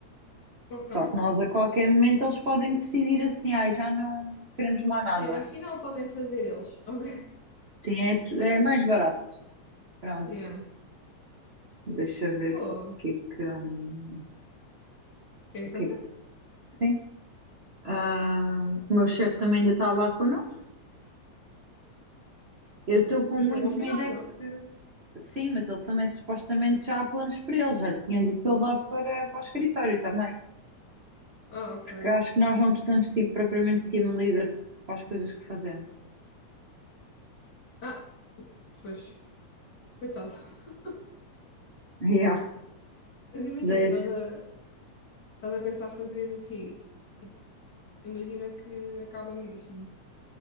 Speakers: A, on the left; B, on the right.
A: Ok.
B: Só que nós, a qualquer momento, eles podem decidir assim, ai, já não queremos mais nada.
A: É, afinal, podem fazer eles. <laughs> Ok.
B: Sim, é, tu- é mais barato. Pronto,
A: Yeah.
B: deixa eu ver
A: Pô,
B: o
A: o
B: que é que, hum,
A: que é que
B: o que
A: acontece?
B: é que, sim. Ah, o meu chefe também ainda está lá connosco. Eu estou com
A: Isso
B: muito
A: é bom sinal,
B: medo é
A: não?
B: que Sim, mas ele também supostamente já há planos para ele, já lhe tinham dito que ele vai para, para o escritório também.
A: Ah, ok.
B: Porque acho que nós não precisamos ser propriamente team leader para as coisas que fazemos.
A: Ah, pois, coitado. <laughs>
B: Yeah,
A: Mas imagina,
B: deixa.
A: estás a, estás a pensar fazer o quê? Tipo, imagina que acaba mesmo.